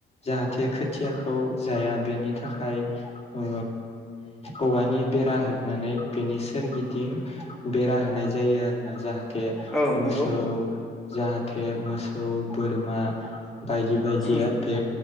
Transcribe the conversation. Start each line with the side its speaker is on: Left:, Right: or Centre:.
Left: जाहाथे खोथियाखौ जाया बेनि थाखाय ओ औवानि बेरा हेबनानै बेनि सोरगिदिं बेरा होनाय जायो आरो ना जाहा थे
Centre: औ
Left: मोसौ
Centre: नंगौ
Left: जाहाथे मोसौ बोरमा बायदि बायदिया
Centre: उम
Left: बे